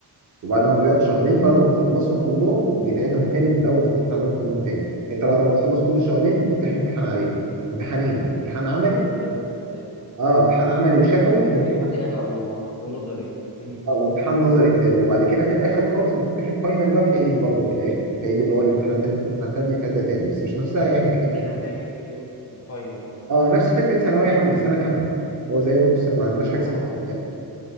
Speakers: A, on the right; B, on the left.
A: وبعد ما بيقعد شهرين بعد ما بتخلصهم كلهم بتعيدهم تاني من الأول تمتحن عليهم كلهم تاني أنت بعد ما بتخلص كل شهرين بتمتحن امتحان عليهم امتحانين امتحان عملي
B: ايوه فهمتك فهمت
A: اه امتحان عملي وشفوي وامتحان
B: عملي وبتابع و... ونظري مم.
A: اه امتحان نظري كتاب وبعد كده في الاخر خالص بتمتحن فاينل بقى بتعيد برضه في الاخر بتعيد اللي هو الامتحانات اللي انت امتحنتها دي بتعيدها تاني بس مش نفسها يعني اكيد انت
B: عيدها تاني هي في الفاينل اه
A: اه نفس فكره ثانويه عامه سنه كامله هو زي برضه السنه ما عندناش حاجه
B: اه
A: اسمها ترتيب.